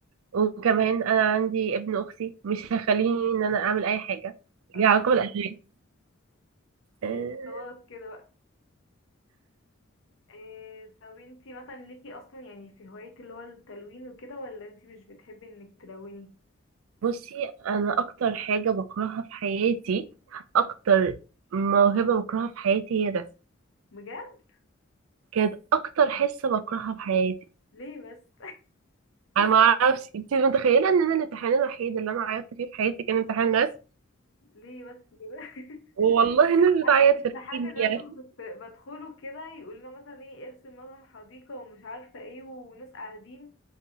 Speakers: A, on the right; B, on the left.
A: وكمان انا عندي ابن اختي مش هخليني ان انا اعمل اي حاجه
B: اه
A: ليها علاقه بالاغاني
B: يعني
A: آه،
B: خلاص كده إيه طب انتي مثلا ليكي اصلا يعني في هواية اللي هو التلوين وكده ولا انتي مش بتحبي انك تلوني
A: بصي انا اكتر حاجه بكرهها في حياتي اكتر موهبه بكرهها في حياتي هي ده
B: بجد
A: كانت اكتر حصه بكرهها في حياتي
B: ليه بس
A: انا ما اعرفش انت متخيله ان انا الامتحان الوحيد اللي انا عيطت فيه في حياتي كان امتحان رسم
B: <laughs> ليه بس كده <laughs>
A: والله الناس بتعيط
B: انا أنا
A: في
B: امتحان
A: الكيمياء
B: الرسم كنت بدخله كده يقول لنا مثلا ايه ارسم مثلا حديقة ومش عارفة ايه وناس قاعدين